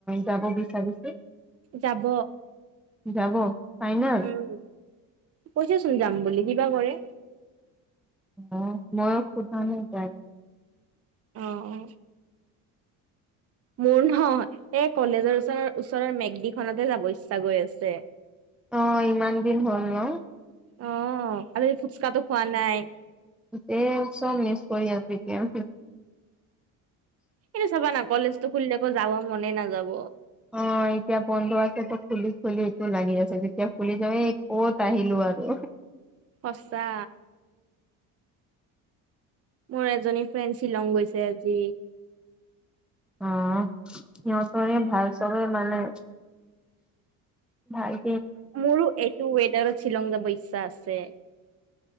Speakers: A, in the centre; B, on the right (about 40°).
A: যাব বিচাৰিছে।
B: যাব
A: যাব ফাইনেল
B: উম কৈছেচোন যাম বুলি কিবা কৰে
A: অ মই সোধা নাই তাক
B: অ অ মোৰ ন এই কলেজৰ ওচৰৰ ওচৰৰ মেকদিখনতে যাব ইচ্ছা গৈ আছে
A: অ ইমান দিন হ'ল ন
B: অ আৰু সেই ফুচকাটো খোৱা নাই।
A: তে চব মিছ কৰি আছো এতিয়া
B: সেইটো চাবা না কলেজটো খুলিলে আকৌ যাব মনে নাযাব।
A: অ এতিয়া বন্ধ আছে খুলি খুলি এইটো লাগি আছে যেতিয়া খুলি যাব। ক'ত আহিলো আৰু
B: সঁচা মোৰ এজনী ফ্ৰেণ্ড শ্বিলং, গৈছে আজি।
A: অ সিহঁতৰে ভাল চবৰে মানে ভাল।
B: মোৰো এইটো ৱেডাৰত শ্বিলং, যাব ইচ্ছা আছে